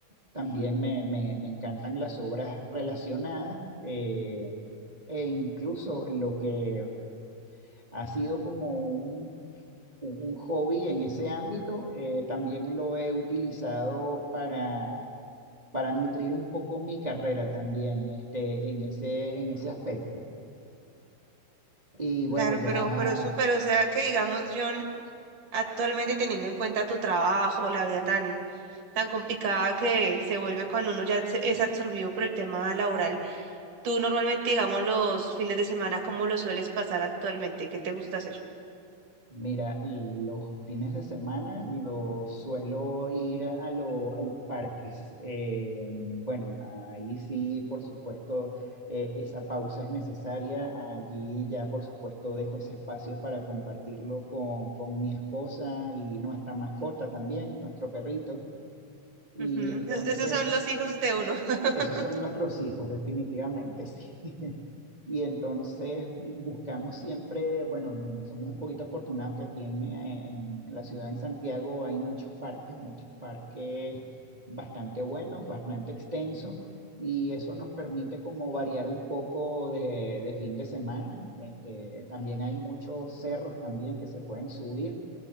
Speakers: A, on the right; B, on the right.
A: también me, me- me encantan las obras relacionadas eh, e incluso lo que ha sido como un, un hobby en ese ámbito, eh, también lo he utilizado para, para nutrir un poco mi carrera también este, en ese, en ese aspecto. Y bueno,
B: Claro,
A: ya
B: pero, pero súper, o sea que digamos, John, actualmente teniendo en cuenta tu trabajo, la vida tan, tan complicada que se vuelve cuando uno ya se- es absorbido por el tema laboral, tú normalmente, digamos, los fines de semana, ¿cómo lo sueles pasar actualmente? ¿Qué te gusta hacer?
A: Mira, los fines de semana los suelo ir a, lo- a los parques. Eh, bueno, ahí sí, por supuesto, eh, esa pausa es necesaria. Allí ya, por supuesto, dejo ese espacio para compartirlo con, con mi esposa y nuestra mascota también, nuestro perrito. Y
B: Ujú,
A: entonces...
B: es- Esos son los hijos de uno. <laughs>
A: Esos son nuestros hijos, definitivamente, sí. <laughs> Y entonces mm, buscamos siempre, bueno, mm, somos un poquito afortunados que aquí en, eh, en la ciudad, en Santiago, hay muchos parques, muchos parques bastante buenos, bastante extensos, y eso nos permite como variar un poco de, de fin de semana. Este, también hay muchos cerros también que se pueden subir.